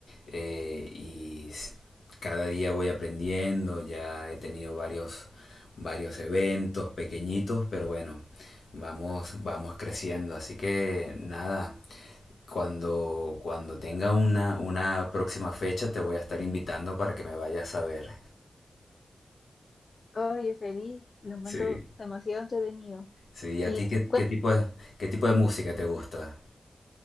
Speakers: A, on the left (about 80°); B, on the left (about 50°).
A: eh, y s- cada día voy aprendiendo, ya he tenido varios, varios eventos pequeñitos, pero bueno vamos, vamos creciendo. Así que nada, cuando, cuando tenga una, una próxima fecha te voy a estar invitando para que me vayas a ver.
B: Oye, feliz, lo encuentro
A: Sí.
B: demasiado entretenido.
A: Sí, ¿y a
B: Y
A: ti qué,
B: cue-
A: qué tipo de, qué tipo de música te gusta?